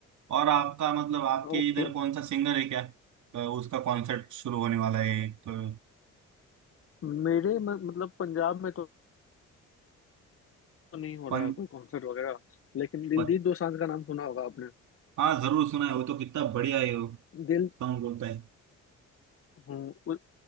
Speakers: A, on the right; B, on the left.
A: और आपका मतलब आपके
B: ओके
A: इधर कौन सा सिंगर है क्या तो उसका कॉन्सर्ट शुरू होने वाला है तो
B: मेरे म- मतलब पंजाब में तो नहीं हो
A: पन,
B: रहा है कोई कॉन्सर्ट वगैरह लेकिन
A: प-
B: दिलजीत दोसांझ का नाम सुना होगा आपने
A: हाँ जरूर सुना है वो तो कितना बढ़िया है वो
B: दिल
A: सॉन्ग बोलता है
B: हम्म